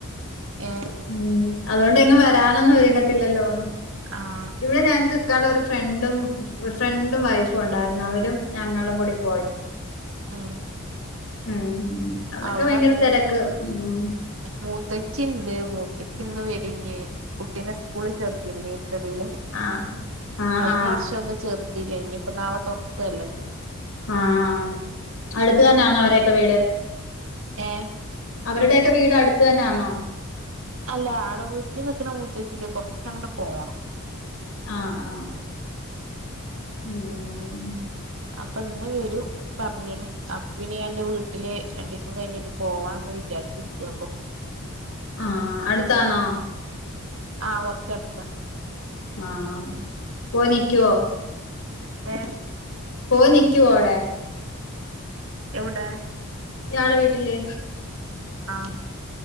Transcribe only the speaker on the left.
ഉം അതുകൊണ്ട് എങ്ങ് വരാനൊന്നും ഒരുങ്ങത്തില്ലല്ലോന്നു
ഇവിടെ ഞങ്ങൾക്ക് ക്കാടെ ഒരു ഫ്രണ്ടും ഫ്രണ്ടും വൈഫും ഉണ്ടായിരുന്നു അവരും ഞങ്ങളും കൂടി പോയി
ഉം അവിടൊക്കെ
ഭയങ്കര
തിരക്ക് ഉം
ആ ആ
ആ
ആഅടുത്ത തന്നെ ആന്നോ അവരൊക്കെ വീട്
അവരുടെയൊക്കെ വീട് അടുത്ത് തന്നൊണോ
ആആ മ്മ്
ആഅടുത്താണോ
ആ പോയി നിക്കുവോ
പോയി നിക്കുവോ അവിടെ
ഇയാടെ വീട്ടില്